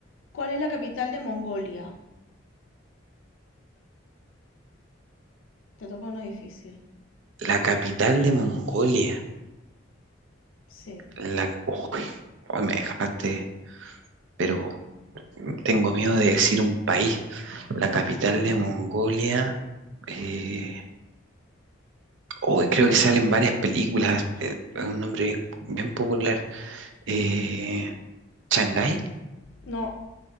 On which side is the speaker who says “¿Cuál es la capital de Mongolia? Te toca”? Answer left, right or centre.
Left